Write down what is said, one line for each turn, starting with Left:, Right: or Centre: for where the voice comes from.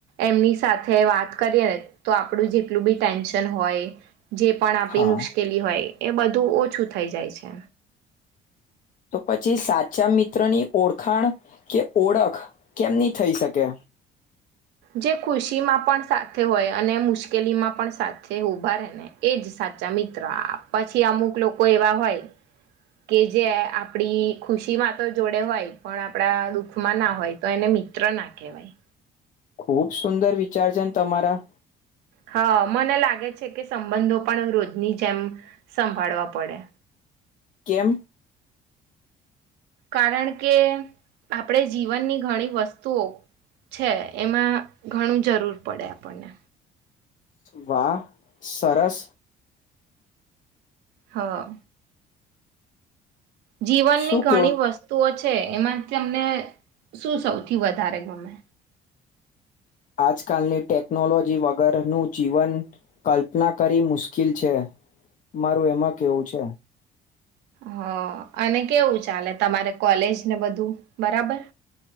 Right: એમની સાથે વાત કરીએ ને તો આપણું જેટલું બી ટેન્શન હોય જે પણ આપણી
Left: હા
Right: મુશ્કેલી હોય. એ બધું ઓછું થઈ જાય છે.
Left: તો પછી સાચા મિત્રની ઓળખાણ કે ઓળખ કેમની થઈ શકે?
Right: જે ખુશી માં પણ સાથે હોય અને મુશ્કેલીમાં પણ સાથે ઊભા રહેે ને એજ સાચા મિત્ર પછી અમુક લોકો એવા હોય કે જે આપડી ખુશીમાં તો જોડે હોય પણ આપણા દુઃખમાં ના હોય તો એને મિત્ર ના કહેવાય.
Left: ખુબ સુંદર વિચાર છે ને તમારા.
Right: હા મને લાગે છે કે સંબંધો પણ રોજની જેમ સંભાળવા પડે.
Left: કેમ?
Right: કારણ કે આપણે જીવનની ઘણી વસ્તુઓ છે એમાં ઘણું જરૂર પડે આપણને.
Left: વા સરસ.
Right: હા. જીવનની
Left: શું
Right: ઘણી
Left: કેવું
Right: વસ્તુઓ છ છે એમાં તમને શું સૌથી વધારે ગમે?
Left: આજકાલની ટેકનોલોજી વગરનું જીવન કલ્પના કરી મુશ્કેલ છે. મારું એમાં કેવું છે.
Right: હ અને કેવું ચાલે તમારે કોલેજ ને બધું બરાબર.